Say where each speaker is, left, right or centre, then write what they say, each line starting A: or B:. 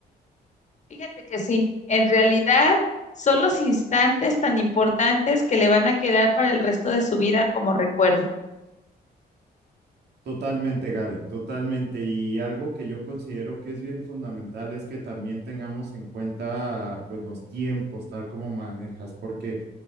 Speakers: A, on the left (about 45°); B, on the right (about 75°).
A: Fíjate que sí, en realidad son los instantes tan importantes que le van a quedar para el resto de su vida como recuerdo.
B: Totalmente, Gaby, totalmente. Y algo que yo considero que es bien fundamental es que también tengamos en cuenta pues los tiempos, tal como manejas, porque